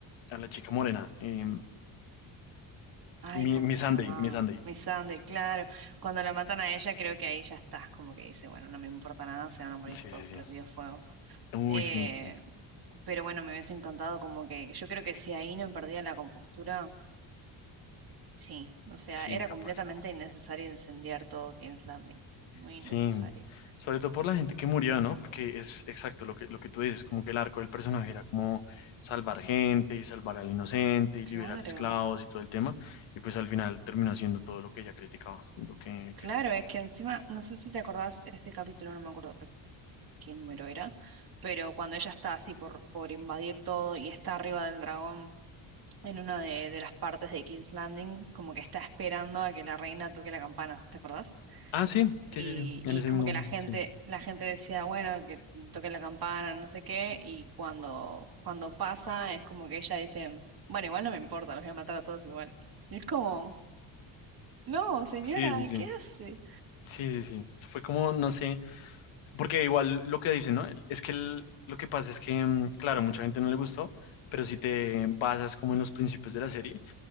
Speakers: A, on the left; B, on the right.
A: a la chica morena. Eh,
B: ay,
A: mi,
B: ¿cómo
A: mi
B: se
A: Sunday,
B: llamaba?
A: mi Sunday.
B: Miss Sunday, claro, cuando la matan a ella creo que ahí ya estás, como que dice, bueno, no me importa nada, se van a morir
A: Sí,
B: todos
A: sí, sí.
B: prendidos fuego.
A: Uy,
B: Eh,
A: sí, sí.
B: pero bueno, me hubiese encantado como que, que yo creo que si ahí no perdía la compostura Sí, o sea,
A: Sí,
B: era
A: capaz.
B: completamente innecesario incendiar todo King's Landing. Muy
A: Sí.
B: innecesario.
A: Sobre todo por la gente que murió, ¿no? Porque es exacto lo que, lo que tú dices, como que el arco del personaje era como salvar gente y salvar al inocente y
B: Claro,
A: liberar esclavos y todo el tema. Y pues al final terminó haciendo todo lo que ella criticaba, y lo que
B: claro,
A: quería.
B: es que encima, no sé si te acordás ese capítulo, no me acuerdo pe- qué número era, pero cuando ella está así por, por invadir todo y está arriba del dragón. en una de, de las partes de King's Landing, como que está esperando a que la reina toque la campana, ¿te acordás?
A: Ah, sí,
B: Y,
A: sí, sí, sí, en
B: y
A: ese
B: como
A: mismo,
B: que la gente,
A: sí.
B: la gente decía, bueno, que toque la campana, no sé qué, y cuando, cuando pasa es como que ella dice, bueno, igual no me importa, los voy a matar a todos igual. Y es como, no, señora,
A: Sí, sí, sí,
B: ¿qué hace?
A: sí, sí, sí. Eso Fue como, no sé, porque igual lo que dicen, ¿no? Es que el- lo que pasa es que, mm, claro, mucha gente no le gustó, pero si te basas como en los principios de la serie,